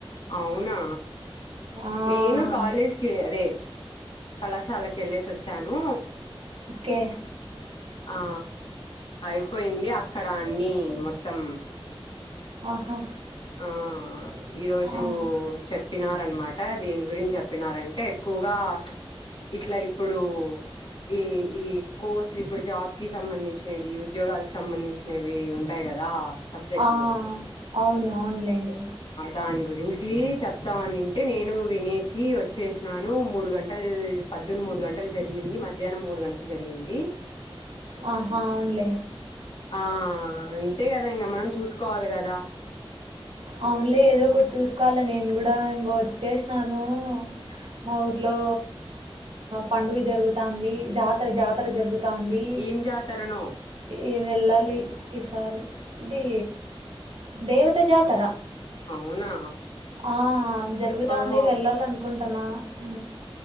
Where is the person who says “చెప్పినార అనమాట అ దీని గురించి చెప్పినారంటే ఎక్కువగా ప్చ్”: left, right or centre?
Left